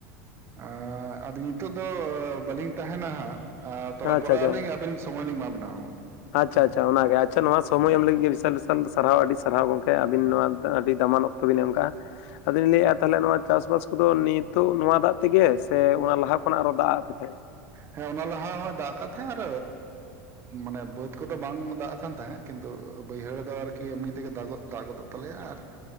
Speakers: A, on the right; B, on the left.
A: ᱮᱸ ᱟᱫᱚ ᱱᱤᱛᱚᱜ ᱫᱚ ᱵᱟᱹᱞᱤᱧ ᱛᱟᱦᱮᱱᱟ ᱦᱟᱸᱜ ᱟᱨ ᱛᱚᱵᱮ
B: ᱟᱪᱪᱷᱟ
A: ᱯᱚᱨᱮ
B: ᱟᱪᱪᱷᱟ
A: ᱟᱹᱞᱤᱧ ᱟᱹᱵᱤᱱ ᱥᱚᱢᱚᱭ ᱞᱤᱧ ᱮᱢᱟ ᱵᱤᱱᱟ
B: ᱟᱪᱪᱷᱟ
A: ᱦᱮᱸ
B: ᱟᱪᱪᱷᱟ ᱚᱱᱟᱜᱮ ᱟᱪᱪᱷᱟ ᱱᱚᱣᱟ ᱥᱚᱢᱚᱭ
A: ᱦᱮᱸ
B: ᱮᱢ ᱞᱟᱹᱜᱤᱫ ᱜᱮ ᱵᱤᱥᱟᱞ ᱵᱤᱥᱟᱞ ᱥᱟᱨᱦᱟᱣ ᱟᱹᱰᱤ ᱥᱟᱨᱦᱟᱣ ᱜᱚᱝᱠᱮ ᱟᱹᱵᱤᱱ
A: ᱦᱮᱸ
B: ᱱᱚᱣᱟ ᱟᱹᱰᱤ ᱫᱟᱢᱟᱱ ᱚᱠᱛᱚ ᱵᱤᱱ ᱮᱢ ᱟᱠᱟᱜᱼᱟ ᱟᱫᱚᱧ ᱞᱟᱹᱭᱮᱫᱼᱟ ᱛᱟᱦᱚᱞᱮ ᱱᱚᱣᱟ ᱪᱟᱥᱵᱟᱥ ᱠᱚᱫᱚ ᱱᱤᱛᱚᱜ ᱱᱚᱣᱟ ᱫᱟᱜ ᱛᱮᱜᱮ ᱥᱮ ᱚᱱᱟ ᱞᱟᱦᱟ ᱠᱷᱚᱱᱟᱜ ᱟᱨᱚ ᱫᱟᱜ ᱟᱫ ᱯᱮ ᱛᱟᱦᱮᱸᱫ ᱮ?
A: ᱦᱮᱸ ᱚᱱᱟ ᱞᱟᱦᱟ ᱦᱚᱭ ᱫᱟᱜ ᱟᱠᱟᱫ ᱛᱟᱦᱮᱸᱜ ᱟᱨ ᱢᱟᱱᱮ ᱵᱟᱹᱫ ᱠᱚᱫᱚ ᱵᱟᱝ ᱫᱟᱜ ᱟᱠᱟᱱ ᱛᱟᱦᱮᱸᱜ ᱠᱤᱱᱛᱩ ᱵᱟᱹᱭᱦᱟᱹᱲ ᱫᱚ ᱟᱨᱠᱤ ᱮᱢᱱᱤ ᱛᱮᱜᱮ ᱫᱟᱜ ᱫᱟᱜᱚᱫᱚᱜ ᱛᱟᱞᱮᱭᱟ ᱟᱨ